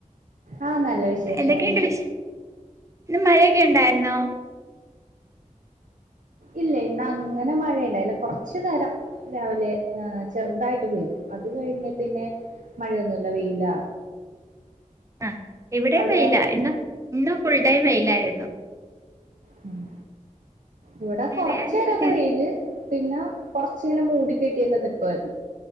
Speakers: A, on the right; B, on the right.
A: ആ നല്ല വിശേഷം.
B: എന്തൊക്കെയുണ്ട് വിശ ഇന്ന് മഴയൊക്കെണ്ടായിർന്നോ?
A: ഇല്ല ഇന്ന് അങ്ങനെ മഴയിണ്ടായീല, കൊറച്ച് നേരം രാവിലെ ചെറുതായിട്ട് പെയ്തു. അത് കഴിഞ്ഞെ പിന്നെ മഴയൊന്നുല്ല വെയിലാ
B: ആഹ് ഇവിടെയും
A: അവിടെയോ
B: വെയിലാ ഇന്ന് ഇന്ന ഫുൾ ടൈം വെയിലായിര്ന്നു.
A: ഉം. ഇവിടെ കൊറച്ചേരൊക്കെ
B: വേറെന്തൊക്കെ
A: വെയില് പിന്നെ കൊറച്ചിങ്ങനെ മൂടി കെട്ടിയൊക്കെ നിക്ക് <inaudible>